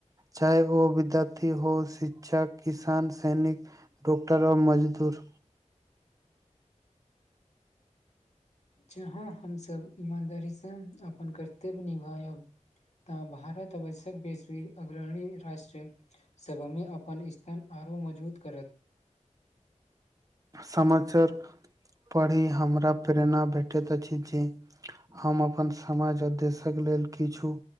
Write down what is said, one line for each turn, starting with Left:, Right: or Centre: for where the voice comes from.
Right: चाहे ओ विद्यार्थी हो शिक्षक किसान सैनिक डॉकटरओ मजदूर
Left: जहाँ हमसभ ईमानदारीसँ अपन कर्तव्य निभायब त भारत आवश्यक बेसी अग्रणी राष्ट्र सभमे अपन स्थान आओरो मजबूत करत
Right: समाचार पढ़ी हमरा प्रेरणा भेटैत अछि जे हम अपन समाज आ देशक लेल किछु